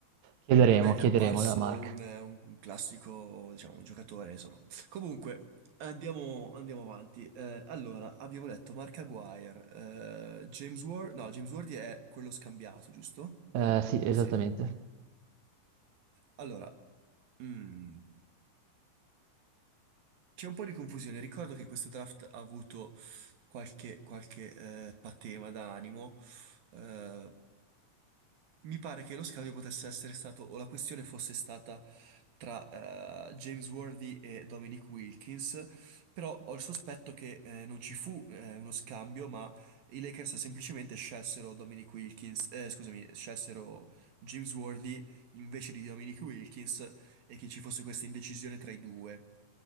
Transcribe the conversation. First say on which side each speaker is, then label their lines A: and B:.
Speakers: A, on the right; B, on the right.
A: Chiederemo,
B: A me è
A: chiederemo
B: apparso
A: a Mark.
B: un, un classico, diciamo, un giocatore, insomma. Comunque, andiamo, andiamo avanti. Eh, allora, abbiamo detto Mark Aguirre, eh, James Ward, no, James Ward è quello scambiato, giusto?
A: Eh,
B: Eh,
A: sì, esattamente.
B: sì. Allora, mm, C'è un po' di confusione. Ricordo che questo draft ha avuto qualche, qualche eh, patema d'animo. Eh, mi pare che lo scambio potesse essere stato, o la questione fosse stata tra eh, James Worthy e Dominic Wilkins, però ho il sospetto che eh, non ci fu eh, uno scambio, ma i Lakers semplicemente scelsero Dominic Wilkins, eh, scusami, scelsero James Worthy invece di Dominic Wilkins e che ci fosse questa indecisione tra i due